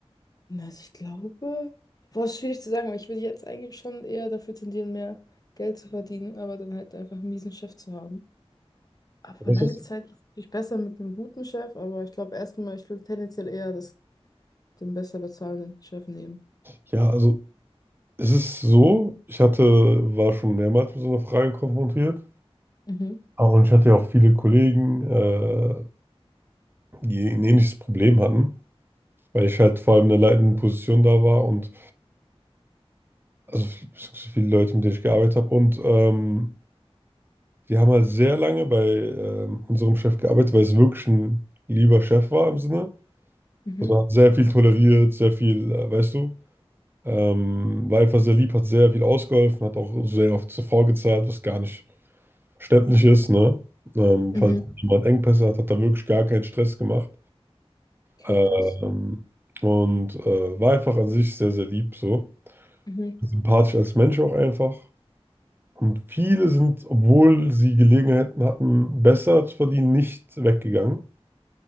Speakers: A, on the left; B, on the right.
A: na, also ich glaube, boah, ist schwierig zu sagen, weil ich würde jetzt eigentlich schon eher dafür tendieren, mehr Geld zu verdienen, aber dann halt einfach einen miesen Chef zu haben. Aber
B: Weißt
A: lange
B: du, was
A: Zeit ist es natürlich besser mit einem guten Chef, aber ich glaube erstmal, ich würde tendenziell eher das, den besser bezahlenden Chef nehmen.
B: ich- Ja, also es ist so, ich hatte, war schon mehrmals mit so einer Frage konfrontiert.
A: Mhm,
B: Ah, Und ich hatte ja auch viele Kollegen, äh, die ein ähnliches Problem hatten, weil ich halt vor allem in einer leitenden Position da war und also viel- so viele Leute, mit denen ich gearbeitet habe. Und ähm, die haben halt sehr lange bei ähm, unserem Chef gearbeitet, weil es wirklich ein lieber Chef war im Sinne.
A: mhm,
B: Also er hat sehr viel toleriert, sehr viel, äh, weißt du. Ähm, war einfach sehr lieb, hat sehr viel ausgeholfen, hat auch sehr oft zuvor gezahlt, was gar nicht verständlich ist, ne? Ähm,
A: mhm.
B: falls jemand Engpässe hat, hat er wirklich gar keinen Stress gemacht.
A: Okay,
B: Ähm,
A: krass.
B: und äh, war einfach an sich sehr, sehr lieb, so.
A: Mhm.
B: Sympathisch als Mensch auch einfach. Und viele sind, obwohl sie Gelegenheiten hatten, besser zu verdienen, nicht weggegangen.